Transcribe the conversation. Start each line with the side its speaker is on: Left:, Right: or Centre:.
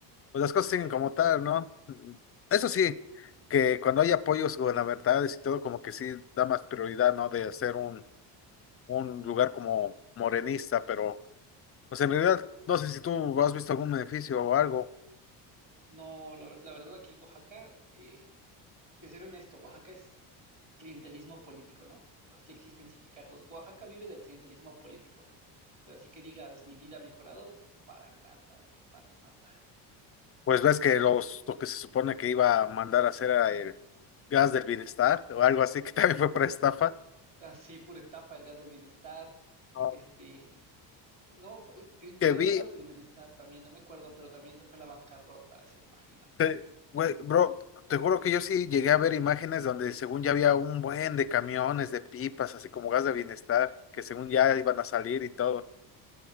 Left: pues las cosas siguen como tal, ¿no? Mm, Eso sí, que cuando hay apoyos gubernamentales y todo, como que sí da más prioridad, ¿no? De hacer un, un lugar como morenista, pero pues en realidad no sé si tú has visto algún beneficio o algo,
Right: No, la, ver- la verdad, aquí en Oaxaca, eh, te seré honesto, Oaxaca es clientelismo político, ¿no? Sí existen sindicatos. Oaxaca vive del clientelismo político, pero así que digas, mi vida ha mejorado, para nada, bro, para nada.
Left: pues ves que los, lo que se supone que iba a mandar a hacer era el gas del bienestar o algo así, <laughs> que también fue para estafa.
Right: Así, pura estafa, el gas del bienestar,
Left: Ah,
Right: este, No, cre-
Left: que
Right: creó
Left: vi
Right: otro del bienestar también, no me acuerdo, pero también se fue a la bancarrota, o sea, imagínate.
Left: Te- güey, bro, te juro que yo sí llegué a ver imágenes donde según ya había un buen de camiones, de pipas, así como gas de bienestar, que según ya iban a salir y todo.